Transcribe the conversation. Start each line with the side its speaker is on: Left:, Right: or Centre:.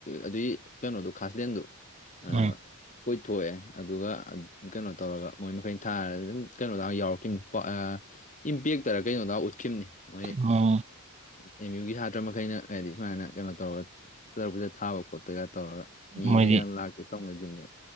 Left: ꯑꯗꯨꯏ ꯀꯩꯅꯣꯗꯨꯣ ꯈꯥꯁꯂꯦꯟꯗꯨꯣ ꯑ
Right: ꯎꯝ
Left: ꯀꯣꯏꯊꯣꯛꯑꯦ ꯑꯗꯨꯒ ꯀꯩꯅꯣ ꯇꯧꯔꯒ ꯃꯣꯏ ꯃꯈꯩꯅ ꯊꯥꯔꯒ ꯑꯗꯨꯝ ꯀꯩꯅꯣ ꯇꯥꯛꯑꯒ ꯌꯥꯎꯔꯛꯈꯤꯕꯅꯤ ꯏꯝꯄꯦꯛꯇꯔ ꯀꯩꯅꯣꯗ ꯎꯠꯈꯤꯕꯅꯤ ꯃꯣꯏ
Right: ꯑꯣ
Left: ꯑꯦꯝ ꯌꯨꯒꯤ ꯁꯥꯇ꯭ꯔ ꯃꯈꯩꯅ ꯍꯥꯏꯗꯤ ꯁꯨꯃꯥꯏꯅ ꯀꯩꯅꯣ ꯇꯧꯔꯒ ꯇꯔꯥ ꯄꯨꯖ ꯊꯕ ꯈꯣꯠ ꯈꯣꯠꯄꯩꯒ ꯇꯧꯔꯒ ꯃꯤꯈꯩꯒ
Right: ꯃꯣꯏꯗꯤ
Left: ꯂꯥꯛꯇ ꯇꯧꯅꯈꯤꯕꯅꯦꯕ